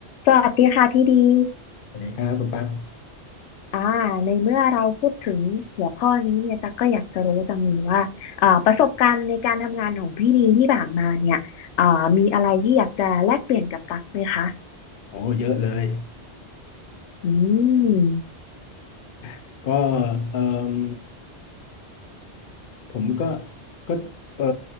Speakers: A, on the left; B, on the left.
A: สวัสดีค่ะพี่ดี
B: สวัสดีครับคุณปั๊บ
A: อ่าในเมื่อเราพูดถึงหัวข้อนี้เนี่ยตั๊กก็อยากจะรู้จังเลยว่าอ่าประสบการณ์ในการทำงานของพี่ดีที่ผ่านมาเนี่ยอ่ามีอะไรที่อยากจะแลกเปลี่ยนกับตั๊กไหมคะ
B: โอ้เยอะเลย
A: อืม
B: <laughs> ก็เอ่มผมก็ก็เอ่อ